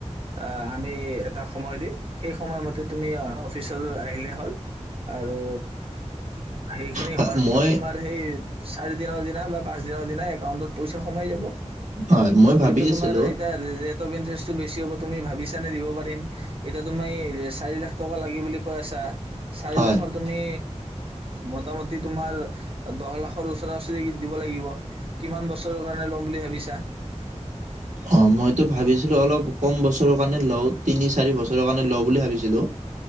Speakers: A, on the right; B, on the right.
A: অঁ আমি এটা সময় দিম সেই সময়মতে তুমি অফিচলৈ আহিলেই হ'ল আৰু সেইখিনি
B: হয়,
A: হোৱাৰ পিছত
B: মই
A: তোমাৰ সেই চাৰি দিনৰ দিনা বা পাঁচ দিনৰ দিনা একাউণ্টত পইচা সোমাই যাব
B: হয় মই ভাবি
A: কিন্তু
B: আছিলো
A: তোমাৰ এই তাৰ প ইন্টাৰেষ্টটো বেছি হ'ব তুমি ভাবিছানে দিব পাৰিম এতিয়া তুমি চাৰি লাখ টকা লাগে বুলি কৈ আছা চাৰি
B: হয়
A: লাখৰ তুমি মোটামটি তোমাৰ দহ লাখৰ ওচৰা ওচৰি গীত দিব লাগিব কি বছৰৰ কাৰ বুলি ভাবিছা
B: অঁ মইতো ভাবিছিলো অলপ কম বছৰৰ কাৰণে লওঁ তিনি চাৰি বছৰৰ কাৰণে লওঁ বুলি ভাবিছিলো